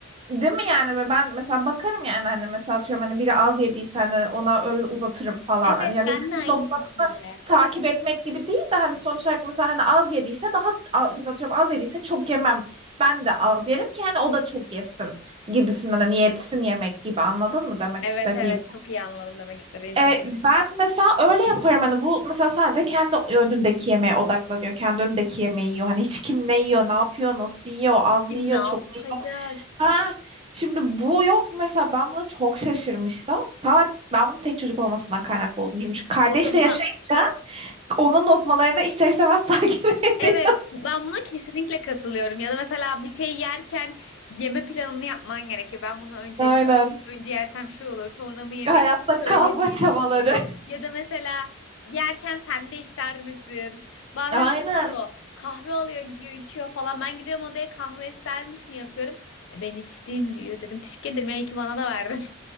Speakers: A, on the right; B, on the left.
A: Değil mi yani ve ben mesela bakarım yani hani mesela atıyorum hani biri az yediyse hani ona öyle uzatırım falan.
B: Evet
A: Hani ya milletin
B: ben de aynı
A: lokmasını
B: şekilde.
A: takip etmek gibi değil de hani sonuç olarak mesela hani az yediyse daha a- mesela atıyorum az yediyse çok yemem. Ben de az yerim ki hani o da çok yesin gibisinden hani yetsin yemek gibi anladın mı demek
B: Evet
A: istediğim.
B: evet çok iyi anladım demek istediğin şey.
A: E, ben mesela öyle yaparım hani bu mesela sadece kendi önündeki yemeğe odaklanıyor. Kendi önündeki yemeği yiyor. Hani hiç kim ne yiyor, ne yapıyor, nasıl yiyor, az
B: Kim
A: mı yiyor,
B: ne yapacak?
A: çok Ha, şimdi bu yok mesela ben buna çok şaşırmıştım. Tamamen ben bunun tek çocuk olmasından kaynaklı olduğunu düşünmüşüm. Çünkü kardeşle
B: Bu arada bunu
A: yaşayınca onun lokmalarını ister istemez <laughs> takip ediyor.
B: Evet, ben buna kesinlikle katılıyorum. Ya da mesela bir şey yerken yeme planını yapman gerekiyor. Ben bunu önce
A: Aynen.
B: mi önce yersem şu olur, sonra mı yemeliyim,
A: Hayatta
B: şöyle
A: kalma
B: mi yemeliyim?
A: çabaları.
B: Ya da mesela yerken sen de ister misin? Bazen
A: <laughs> Aynen.
B: şey diyor, kahve alıyor gidiyor içiyor falan. Ben gidiyorum odaya kahve ister misin yapıyorum. "E, ben içtiğim diyor. Dedim teşekkür ederim ya iyi ki bana da verdin.